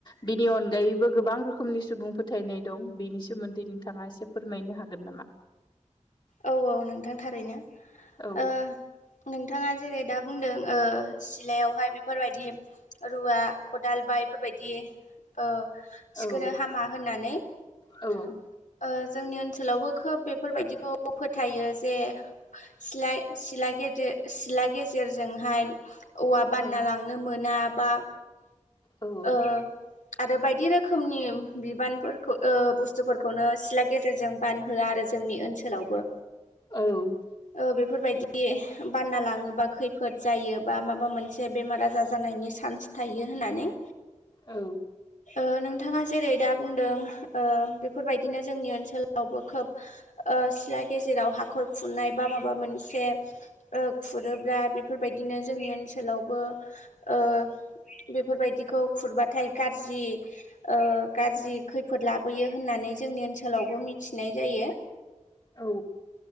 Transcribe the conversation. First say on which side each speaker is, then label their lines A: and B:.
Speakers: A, on the left; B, on the left.
A: बिनि अनगायैबो गोबां गोबां रोखोमनि सुबुं फोथायनाय दं बेनि सोमोन्दै नोंथाङा एसे फोरमायनो हागोन नामा?
B: औ औ नोंथां थारैनो
A: औ
B: ओ नोंथाङा जेरै' दा बुंदों ओ सिलायावहाय बेफोरबायदि रुवा खदाल बायफोरबायदि ओ थिखोनो
A: औ
B: हामा होननानै ओ
A: औ
B: जोंनि ओनसोलावबो खोब बेफोरबायदिखौ फोथायो जे सिला सिला गेट जे सिथला गेजेरजोंहाय औवा बानना
A: औ
B: लांनो मोना बा
A: औ
B: ओ आरो बायदि रोखोमनि बिबानफोरखौ बुस्थुफोरखौनो सिथला गेजेरजों बानहोआ आरो जोंनि ओनसोलावबो।
A: औ।
B: ओ बेफोरबायदि बानना लाङोबा खैफोद जायो बा माबा मोनसे बेमार आजार जानायनि स चान्स थायो होननानै
A: औ।
B: ओ नोंथाङा जेरै' दा बुंदों ओ बेफोरबायदिनो जोंनि ओनसोलावबो खोब ओ सिला गेजेराव हाखर खुरनाय बा माबा मोनसे ओ खुरोब्ला बेफोरबायदि नो जोंनि ओनसोलावबो ओ बेफोरबायदिखौ खुरबाथाय गाज्रि ओ गाज्रि खैफोद लाबोयो होननानै जोंनि ओनसोलावबो मिथिनाय जायो।
A: औ।